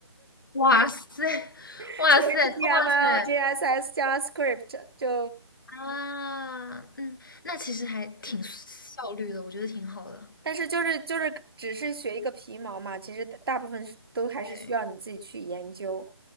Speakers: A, on the left; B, on the right.
A: 哇塞，
B: <laughs>
A: 哇塞，
B: 就 HTML、
A: 哇塞！
B: JSS、JavaScript，就
A: 啊，嗯，那其实还挺效率的，我觉得挺好的。
B: 但是就是就是只是学一个皮毛嘛，其实大大部分是都还是需要你自己去研究。
A: 对，